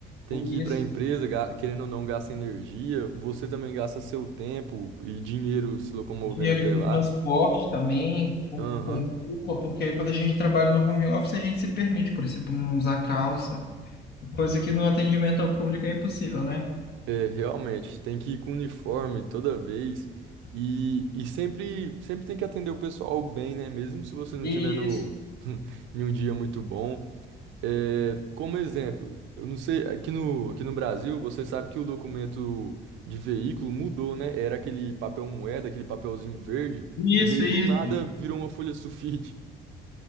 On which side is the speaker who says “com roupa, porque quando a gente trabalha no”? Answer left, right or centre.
Left